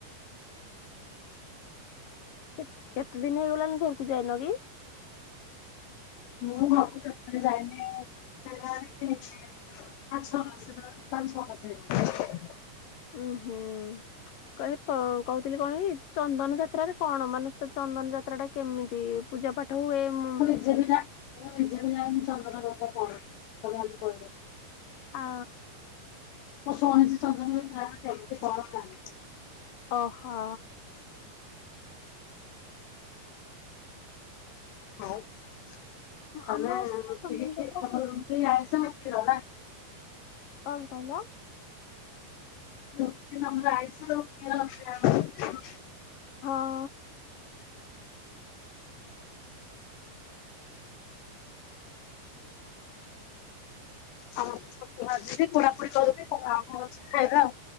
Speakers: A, on the left (about 50°); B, on the left (about 75°).
A: କେତ କେତେ ଦିନ ହେଇଗଲାଣି ଘରକୁ ଯାଇନ କି?
B: ମୁଁ ଘର କୁ କେବେ ଯାଇନି ହେଇଗଲାଣି ସେ ପାଛ ପାଞ୍ଚ ଛଅ ମାସ ହେଇ <inaudible>
A: ଅଁ, ହଁ। କହି କ-କହୁଥିଲି କଣ କି ଚନ୍ଦନ ଯାତ୍ରାରେ କଣ ମାନେ ତ ଚନ୍ଦନ ଯାତ୍ରା ଟା କେମିତି ପୂଜା ପାଠ ହୁଏ। ମୁଁ
B: ଜାଣିନା ମୁଁ ନିଜେ ବି ଜା, ମୁଁ ନିଜେ ବି ଜାଣିନି ଚନ୍ଦନ ଯାତ୍ରା କଣ? ତୋମେ ଆଜି କହିଲ।
A: ଆ
B: ମୁଁ ଶୁଣିଛି ଚନ୍ଦନ ଯାତ୍ରା, କେମିତି କଣ ଜାଣିନି।
A: ଓହୋ।
B: ହଉ, ତାନେ
A: ଆମ ଏପଟେ
B: ରୁଟି
A: ଚନ୍ଦନ
B: କି କ୍ଷୀ
A: ଯାତ୍ରା
B: ତୋମର
A: ହୁଏନି
B: ରୁଟି ଆଇ ସାଙ୍ଗେ କ୍ଷୀର ନା?
A: କଣ କହିଲ?
B: ରୁଟି ନହେଲେ ଆଇଁଷ ଆଉ କ୍ଷୀର ଅଛି ନା ଆମର <inaudible>
A: ହଁ।
B: ଆ, ମୁଁ ତ ସତୁ ଭାଜିବି, ପୁଡାପୁଡି କରିକି ତ ଆଉ କଣ ଅଛି ଖାଇବା।